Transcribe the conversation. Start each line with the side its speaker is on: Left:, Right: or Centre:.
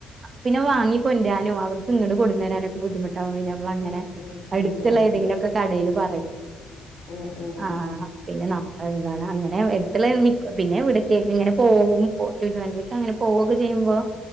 Right: പിന്നെ വാങ്ങിക്കൊണ്ടാരാനും അവ് ഓര്ക്ക് ഇങ്ങട് കൊടന്നാരാനൊക്കെ ബുദ്ധിമുട്ടാവുമ്പോ പിന്നെ നമ്മള് അങ്ങനെ
Left: ഉം ഉം
Right: അട്ത്ത്ള്ള
Left: ഉം ആഹ്
Right: ഏതെലൊക്കെ കടെല് പറയും
Left: ഉം ഉം
Right: ആ
Left: ഉം
Right: പിന്നെ നമ്മള എന്താണാ അങ്ങനെ എടത്ത്ള്ളെന് മിക്ക, പിന്നെ എവ്ട്ക്കേലും ഇങ്ങനെ പോവും, പോയിട്ട്റിവാൻഡ്രേക്കങ്ങനെ പോവൊക്കെ ചെയ്യുമ്പോ